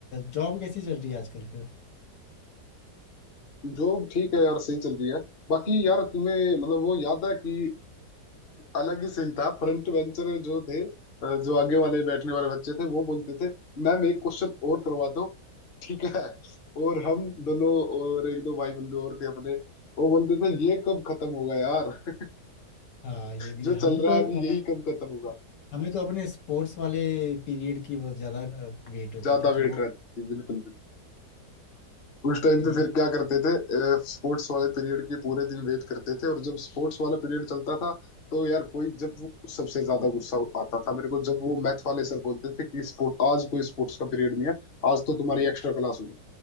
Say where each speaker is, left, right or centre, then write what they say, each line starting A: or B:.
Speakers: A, on the left; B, on the left.
A: जॉब कैसी चल रही है आजकल फिर
B: जॉब ठीक है यार सही चल रही है बाकी यार तुम्हें मतलब वो याद है कि अलग ही सीन था फ्रंट बेंचर जो थे अ, जो आगे वाले बैठने वाले बच्चे थे वो बोलते थे मैम एक क्वेश्चन और करवा दो ठीक है और हम दोनों और एक दो भाई बंधु और थे अपने वो बोलते थे ये कब खत्म होगा यार <laughs>
A: हाँ ये भी
B: जो
A: है
B: चल
A: हमें
B: रहा
A: तो
B: है अभी
A: अ,
B: यही कब खत्म होगा
A: हमें तो अपने स्पोर्ट्स वाले पीरियड की बहुत ज़्यादा वेट होती
B: ज्यादा
A: थी कि
B: वेट
A: वो
B: रहती थी बिल्कुल उस टाइम
A: ये
B: पे फिर क्या करते थे स्पोर्ट्स वाले पीरियड के पूरे दिन वेट करते थे और जब स्पोर्ट्स वाला पीरियड चलता था तो यार कोई जब वो सबसे ज्यादा गुस्सा आता था मेरे को जब वो मैथ वाले सर बोलते थे कि स्पोर्ट आज कोई स्पोर्ट्स का पीरियड नहीं है आज तो तुम्हारी एक्स्ट्रा क्लास होगी